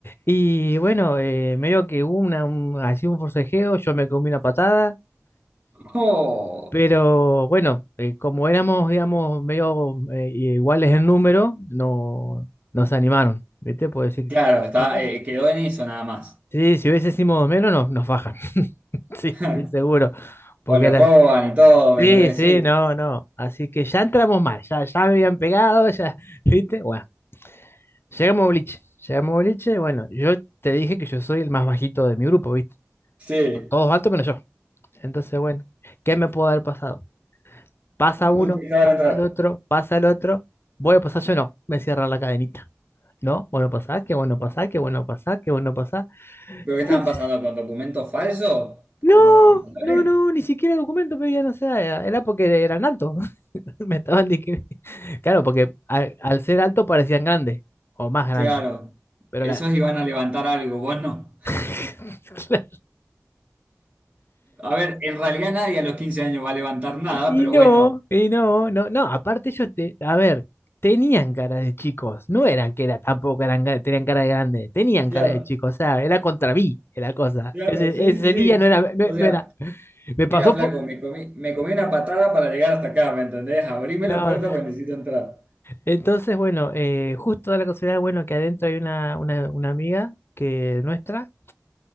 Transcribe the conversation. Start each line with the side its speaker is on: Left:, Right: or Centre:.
Left: Y bueno, eh, medio que hubo una, un, así un forcejeo, yo me comí una patada.
Right: Oh.
Left: Pero bueno, eh, como éramos, digamos, medio eh, iguales en número, no, nos animaron, ¿viste? Puedo decir,
Right: Claro, está,
Left: Papá.
Right: eh, quedó en eso nada más.
Left: sí, si hubiésemos menos, nos, nos fajan. <laughs> Sí, estoy
Right: <laughs>
Left: seguro. Porque
Right: O les
Left: era,
Right: roban y todo, ¿me
Left: sí,
Right: entendés?
Left: sí,
Right: Sí,
Left: no, no. Así que ya entramos mal, ya, ya me habían pegado, ya, <laughs> ¿viste? Bueno, llegamos a boliche, llegamos a boliche, bueno, yo te dije que yo soy el más bajito de mi grupo, ¿viste?
Right: sí,
Left: Son Todos altos menos yo. Entonces, bueno, ¿qué me puede haber pasado? Pasa
Right: no
Left: uno,
Right: te dejaban
Left: pasa
Right: entrar.
Left: el otro, pasa el otro. Voy a pasar yo no, me cierra la cadenita. No, bueno pasar que bueno pasar que bueno pasar que bueno pasar
Right: ¿Pero qué
Left: <laughs>
Right: estaban pasando con documentos falsos?
Left: No,
Right: ¿Como mandales?
Left: no, no, ni siquiera documento pedían, o sea, era porque eran altos. <laughs> Me estaban discriminando. Claro, porque al, al ser alto parecían grandes o más grandes.
Right: Claro,
Left: Pero
Right: esos
Left: la...
Right: iban a levantar algo, vos no.
Left: <laughs> Claro.
Right: A ver, en realidad nadie a los 15 años va a levantar nada,
Left: Y
Right: pero
Left: y no,
Right: bueno.
Left: y no, no, no, aparte ellos te, a ver, tenían cara de chicos, no eran que era tampoco eran, ga- tenían cara de grande, tenían
Right: Claro,
Left: cara de chicos, o sea, era contra mí la cosa.
Right: claro,
Left: Ese,
Right: sí,
Left: ese
Right: sí, sí.
Left: día no era, no,
Right: O sea,
Left: no era, me
Right: mira,
Left: pasó
Right: flaco,
Left: por,
Right: me comí, me comí una patada para llegar hasta acá, ¿me entendés? Abrime
Left: no.
Right: la puerta porque necesito entrar.
Left: Entonces, bueno, eh, justo da la casualidad, bueno, que adentro hay una, una, una amiga que nuestra,